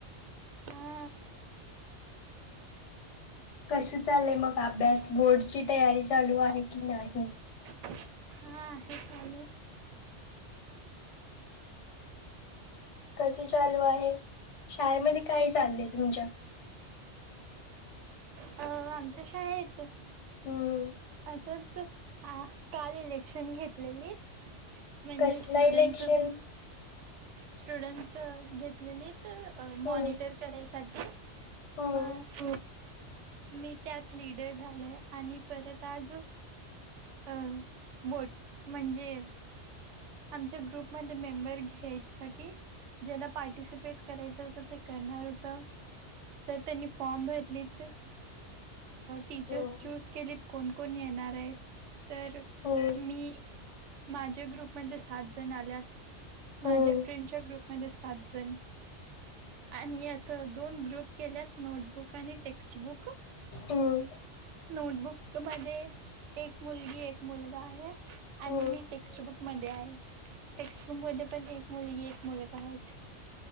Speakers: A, on the right; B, on the left.
A: हा
B: कस चाललय मग अभ्यास बोर्डची तयारी चालू आहे की नाही
A: हा हे चाले आहे
B: कसे चालू आहे शाळेमध्ये काय चाललंय तुमच्या
A: अ आमच्याशा आहेतेत
B: हम्म
A: असंच काल इलेक्शन घेतलेली म्हणजे
B: कसला
A: स्टुडंट
B: इलेक्शन
A: स्टुडंट घेतलेली
B: हम्म
A: मॉनिटर करायसाठी
B: हम्म
A: म हो मी त्यात लिडर झालोय आणि परत आज अ बोट म्हणजे आमच्या ग्रुपमध्ये मेंबर घ्यायसाठी ज्याला पार्टिसिपेट करायचं होतं ते करणार होत. तर त्यांनी फॉर्म भरलीत टीचर्स
B: हम्म
A: चूज केलीत कोण कोण कोण येनार तर
B: हम्म
A: मी माझ ग्रुप मध्ये सात जण आल्यात माझ्या
B: हम्म
A: फ्रेंडच्या ग्रुपमध्ये सात जण. आणि असं दोन ग्रुप केल्यात नोटबुक आणि टेक्स्टबुक
B: हम.
A: नोटबुक मध्ये एक मुलगी एक मुलगा आहे आणि
B: हम्म
A: मी टेक्स्टबुक मध्ये आहे टेक्स्बुक मध्ये पण एक मुलगी एक मुलगा आहेत.